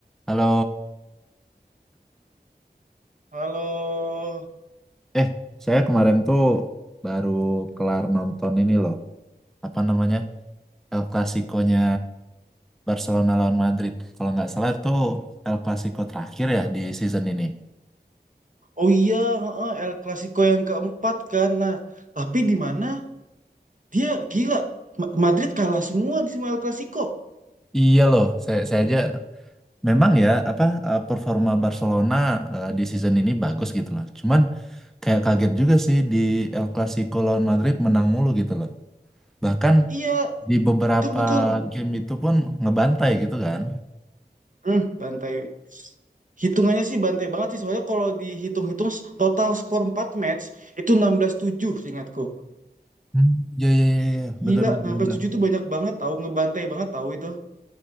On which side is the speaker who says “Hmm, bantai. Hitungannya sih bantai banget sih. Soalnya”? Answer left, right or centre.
Right